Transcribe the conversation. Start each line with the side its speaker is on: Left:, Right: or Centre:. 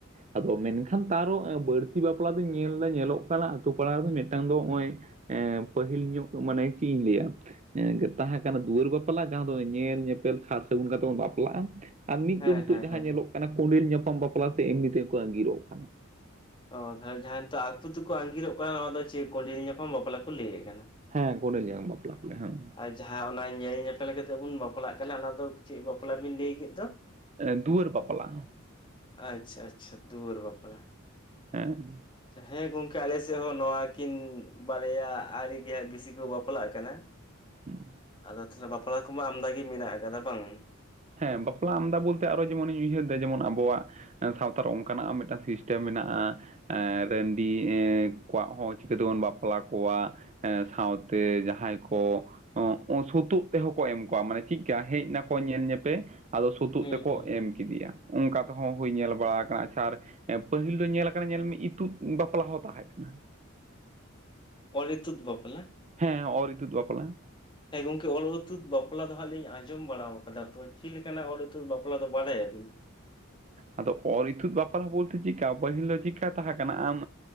Right: ᱟᱫᱚ ᱢᱮᱱᱠᱷᱟᱱ ᱛᱟᱨᱚ ᱵᱟᱹᱲᱛᱤ ᱵᱟᱯᱞᱟ ᱫᱚᱧ ᱧᱮᱞ ᱮᱫᱟ, ᱧᱮᱞᱚᱜ ᱠᱟᱱᱟ ᱟᱹᱛᱩ ᱯᱟᱲᱟ ᱨᱮᱫᱚ ᱢᱤᱫᱴᱟᱝ ᱫᱚ ᱱᱚᱜᱼᱚᱭ ᱮᱸᱻ ᱯᱟᱹᱦᱤᱞ ᱧᱚᱜ ᱢᱟᱱᱮ ᱪᱮᱫ ᱤᱧ ᱞᱟᱹᱭᱟ ᱮᱸ ᱛᱟᱦᱮᱸ ᱠᱟᱱᱟ, ᱫᱩᱣᱟᱹᱨ ᱵᱟᱯᱞᱟ᱾ ᱡᱟᱦᱟᱸ ᱫᱚ ᱧᱮᱞ ᱧᱮᱯᱮᱞ ᱥᱟᱨ ᱥᱟᱹᱜᱩᱱ ᱠᱟᱛᱮᱜ ᱵᱚᱱ ᱵᱟᱯᱞᱟᱜᱼᱟ᱾ ᱟᱨ ᱢᱤᱫ
Left: ᱦᱮᱸ
Right: ᱫᱚ ᱱᱤᱛᱚᱜ
Left: ᱦᱮᱸ
Right: ᱡᱟᱦᱟᱸ
Left: ᱦᱮᱸ
Right: ᱧᱮᱞᱚᱜ ᱠᱟᱱᱟ᱾ ᱠᱩᱸᱰᱮᱞ ᱧᱟᱯᱟᱢ ᱵᱟᱯᱞᱟ ᱥᱮ ᱮᱢᱱᱤ ᱛᱮᱠᱚ ᱟᱹᱜᱤᱨᱚᱜ ᱠᱟᱱᱟ᱾
Left: ᱚᱸ, ᱡᱟᱦᱟ ᱟᱹᱠᱚ ᱛᱮᱠᱚ ᱟᱸᱜᱤᱨᱚᱜ ᱠᱟᱱᱟ, ᱱᱚᱣᱟ ᱫᱚ ᱪᱮᱫ ᱠᱚᱸᱰᱮᱞ ᱧᱟᱯᱟᱢ ᱵᱟᱯᱞᱟ ᱠᱚ ᱞᱟᱹᱭᱮᱫ ᱠᱟᱱᱟ᱾
Right: ᱦᱮᱸ ᱠᱚᱰᱨᱞ ᱡᱟᱢ ᱵᱟᱯᱞᱟ ᱠᱚ ᱞᱟᱭᱟ ᱦᱮᱸ᱾
Left: ᱟᱨ ᱡᱟᱦᱟᱸ ᱚᱱᱟ ᱧᱮᱞ ᱧᱮᱯᱮᱞ ᱠᱟᱛᱮᱫ ᱵᱚᱱ ᱵᱟᱯᱞᱟᱜ ᱠᱟᱱᱟ, ᱚᱱᱟ ᱫᱚ ᱪᱮᱫ ᱵᱟᱯᱞᱟ ᱵᱤᱱ ᱞᱟᱹᱭ ᱠᱮᱫ ᱫᱚ?
Right: ᱮ ᱫᱩᱣᱟᱹᱨ ᱵᱟᱯᱞᱟ᱾
Left: ᱟᱪᱪᱷᱟ, ᱟᱪᱪᱷᱟ, ᱫᱩᱣᱟᱹᱨ ᱵᱟᱯᱞᱟ᱾
Right: ᱦᱮᱸ᱾
Left: ᱦᱮᱸ ᱜᱚᱝᱠᱮ ᱟᱞᱮ ᱥᱮᱫ ᱦᱚᱸ ᱱᱚᱣᱟ ᱠᱤᱱ ᱵᱟᱨᱭᱟ ᱟᱹᱨᱤ ᱜᱮ ᱦᱟᱸᱜ ᱵᱤᱥᱤ ᱠᱚ ᱵᱟᱯᱞᱟᱜ ᱠᱟᱱᱟ᱾
Right: ᱦᱩᱸ᱾
Left: ᱟᱫᱚ ᱛᱟᱦᱚᱞᱮ ᱵᱟᱯᱞᱟ ᱠᱚᱢᱟ ᱟᱢᱫ ᱜᱮ ᱢᱮᱱᱟᱜ ᱟᱠᱟᱫᱟ ᱵᱟᱝ?
Right: ᱦᱮᱸ ᱵᱟᱯᱞᱟ ᱟᱢᱫᱟ ᱵᱚᱞᱛᱮ ᱟᱨᱚ ᱡᱮᱢᱚᱱᱤᱧ ᱩᱭᱦᱟᱹᱨ ᱮᱫᱟ, ᱡᱮᱢᱚᱱ ᱟᱵᱚᱣᱟᱜ ᱥᱟᱶᱛᱟ ᱨᱮ ᱚᱱᱠᱟᱱᱟᱜ ᱢᱤᱫᱴᱟᱱ ᱥᱤᱥᱴᱮᱢ ᱢᱮᱱᱟᱜᱼᱟ, ᱨᱟᱺᱰᱤ ᱠᱚᱣᱟᱜ ᱦᱚᱸ ᱪᱤᱠᱟᱹ ᱛᱮᱵᱚᱱ ᱵᱟᱯᱞᱟ ᱠᱚᱣᱟ, ᱥᱟᱶᱛᱮ ᱡᱟᱦᱟᱸᱭ ᱠᱚ ᱥᱩᱛᱩᱜ ᱛᱮᱦᱚᱸ ᱠᱚ ᱮᱢ ᱠᱚᱣᱟ, ᱢᱟᱱᱮ ᱪᱮᱫᱮᱠᱟ ᱦᱮᱡ ᱱᱟᱠᱚ ᱧᱮᱞ ᱧᱮᱯᱮᱞ ᱯᱮ, ᱟᱫᱚ ᱥᱩᱛᱩᱜ
Left: ᱦᱩᱸ
Right: ᱛᱮᱠᱚ
Left: ᱦᱩᱸ
Right: ᱮᱢ ᱠᱮᱫᱮᱭᱟ᱾ ᱚᱱᱠᱟ ᱛᱮᱦᱚᱸ ᱦᱩᱭ ᱧᱮᱞ ᱵᱟᱲᱟ ᱟᱠᱟᱱᱟ᱾ ᱟᱪᱪᱷᱟ ᱟᱨ ᱯᱟᱹᱦᱤᱞ ᱫᱚ ᱧᱮᱞ ᱠᱟᱱᱟ, ᱧᱮᱞ ᱢᱮ ᱤᱛᱩᱫ ᱵᱟᱯᱞᱟ ᱦᱚᱸ ᱛᱟᱦᱮᱸ ᱠᱟᱱᱟ᱾
Left: ᱚᱨᱻᱤᱛᱩᱛ ᱵᱟᱯᱞᱟ᱾
Right: ᱦᱮᱸ ᱚᱨᱻᱤᱫᱩᱛᱩᱛ ᱵᱟᱯᱞᱟ᱾
Left: ᱦᱮᱸ ᱜᱚᱝᱠᱮ ᱚᱞ-ᱤᱛᱩᱛ ᱵᱟᱯᱞᱟ ᱫᱚ ᱦᱟᱸᱜ ᱞᱤᱧ ᱟᱸᱡᱚᱢ ᱵᱟᱲᱟ ᱟᱠᱟᱫᱟ ᱛᱚ᱾ ᱪᱮᱫ ᱞᱮᱠᱟᱱᱟᱜ ᱚᱞᱛᱩᱛ ᱵᱟᱯᱞᱟ ᱫᱚ ᱵᱟᱲᱟᱭ ᱟᱵᱤᱱ
Right: ᱟᱫᱚ ᱚᱨᱻᱤᱛᱩᱫ ᱵᱟᱯᱞᱟ ᱵᱚᱞᱛᱮ ᱪᱮᱫᱠᱟ ᱯᱟᱹᱦᱤᱞᱳᱜ ᱪᱤᱠᱟ ᱛᱟᱦᱮᱸ ᱠᱟᱱᱟ ᱟᱢ